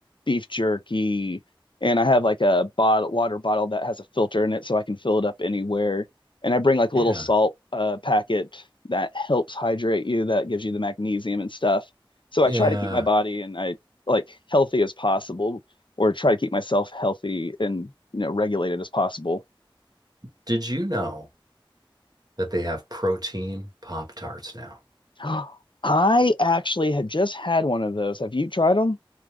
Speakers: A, on the left; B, on the right.
A: beef jerky and I have like a bottle water bottle that has a filter in it so I can fill it up anywhere. And I bring like a
B: Yeah.
A: little salt uh packet that helps hydrate you, that gives you the magnesium and stuff. So I
B: Yeah.
A: try to keep my body and I like healthy as possible or try to keep myself healthy and you know regulated as possible.
B: Did you know that they have protein Pop Tarts now?
A: <gasps> I actually had just had one of those. Have you tried them?